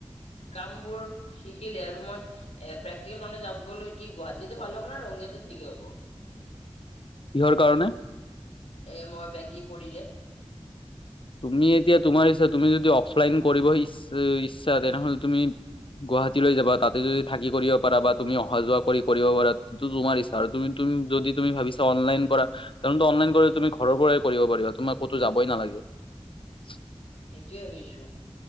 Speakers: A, on the left; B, on the left.
A: কাম বোৰ শিকিলে আৰু মই এ প্ৰেক্টিকেল নলেজ বলৈ কি গুৱাহাটীতে ভাল হব ন ৰঙিয়াতে ঠিক হব?
B: কিহৰ কাৰণে?
A: এ মই বেংকিং কৰিলে।
B: তুমি এতিয়া তোমাৰ ইচ্ছা তুমি যদি অফলাইন কৰিব ই ইচ্ছা তেনেহ'লে তুমি গুৱাহাটীলৈ যাবা তাতে যদি থাকি কৰিব পাৰা বা তুমি অহা যোৱা কৰি কৰিব পাৰান্ত তোমাৰ ইচ্ছা আৰু তুমি তুমি যদি তুমি ভাবিছা অনলাইন কৰা তেনে ত অনলাইন কৰি তুমি ঘৰৰ পৰাই কৰিব পাৰিবা তোমাৰ ক'তো যাবই নালাগে। <unintelligible>
A: সেইটোৱে ভাবিছোঁ,